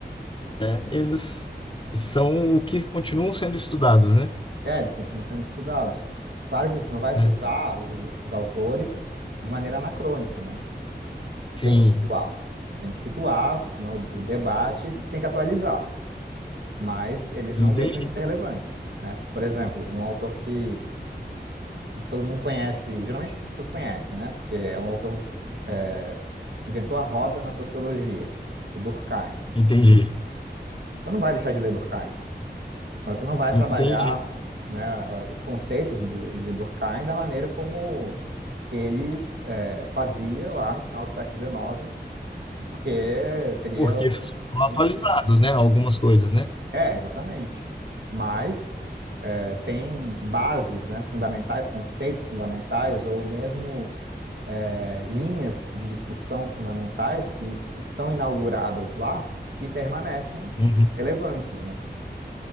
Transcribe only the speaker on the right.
É, eles continuam sendo estudados. Claro que você não vai
usar o- esses autores de maneira anacrônica, né?
Tem que situar. Tem que situar, né, o, o debate, tem que atualizar. Mas eles
não deixam de ser relevantes, né? Por exemplo, um autor que todo mundo conhece, geralmente as pessoas conhecem, né? Porque é um autor, é, inventou a roda na sociologia, o Durkheim.
Você não vai deixar de ler Durkheim, mas você não vai
trabalhar, né, os conceitos do, de Durkheim da maneira como ele é, fazia lá no final do século XIX, porque seria.
um-
um,
É, exatamente. Mas é, tem bases, né, fundamentais, conceitos fundamentais, ou mesmo é, linhas de discussão fundamentais que são inauguradas lá que permanecem
relevantes, né?